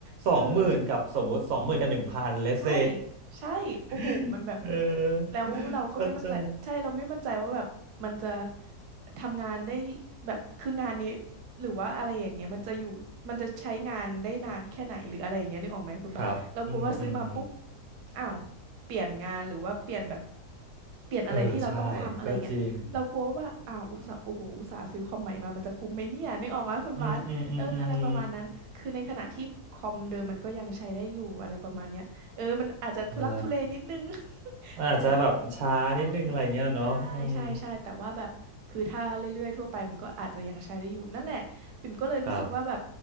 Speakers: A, on the right; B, on the right.
A: สองหมื่นกับสมมุติสองหมื่นกับหนึ่งพันเลสเซ
B: เออ โหใช่ใช่โอ้โหมันแบบ
A: <laughs> เออ
B: แล้วเราก็ไม่มั่นใจใช่เราไม่มั่นใจว่าแบบมันจะ
A: เข้าใจ
B: ทำงานได้แบบคืองานนี้หรือว่าอะไรอย่างเงี้ยมันจะอยู่มันจะใช้งานได้นานแค่ไหนหรืออะไรอย่างเงี้ยนึกออกไหมคุณบาสเรากลัวว่าซื้อมาปุ๊บ
A: ครับอืมอืม
B: อ้าวเปลี่ยนงานหรือว่าเปลี่ยนแบบเปลี่ยนอะไรที่เราต้องทำอะไรเงี้ยเรากลัวว่าอ้าวอุตส่าห์โอ้โหอุตส่าห์ซื้อคอมใหม่มามันจะคุ้มไหมเนี่ยนึกออกไหมคุณบาส
A: เออใช่ก็จริงอืมอืมอืมอืม
B: เอออะไรประมาณนั้นคือในขณะที่คอมเดิมมันก็ยังใช้ได้อยู่อะไรประมาณเนี้ยเออมันอาจจะทุลักทุเลนิดนึง
A: ใช่
B: <laughs>
A: มันอาจจะแบบช้านิดนึงอะไรเงี้ยเนาะอืม
B: แต่แบบใช่ใช่ใช่ใช่แต่ว่าแบบคือถ้าเรื่อยๆทั่วไปมันก็อาจจะยังใช้ได้อยู่นั่นแหละปิ่มก็เลยรู้สึกว่าแบบ
A: ครับ